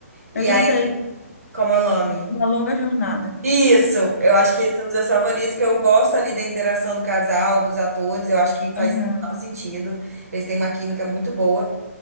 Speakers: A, on the right; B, on the left.
A: E
B: Eu já
A: aí,
B: sei.
A: como é o nome?
B: Uma longa jornada.
A: Isso! Eu acho que esse é um dos meus favoritos, porque eu gosto ali da interação do casal, dos atores, eu acho que faz
B: Aham.
A: total sentido. Eles têm uma química muito boa.